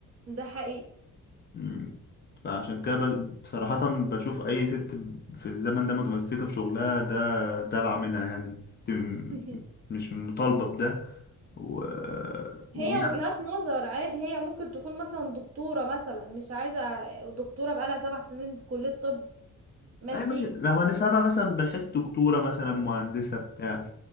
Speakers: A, on the right (about 50°); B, on the left (about 35°).
A: ده حقيقي
B: مم. فعشان كده ب- بصراحة بشوف أي ست في الزمن ده متمسكة بشغلها ده دلع منها يعني دي م-
A: <laughs>
B: مش مطالبة بده و... و...
A: هي
B: يعني
A: وجهات نظر عادي هي ممكن تكون مثلا دكتورة مثلا مش عايزة دكتورة بقالها سبع سنين في كلية طب ماشي
B: أي ماشي لو هنفهمها مثلا من حيث دكتورة مثلا مهندسة بتاع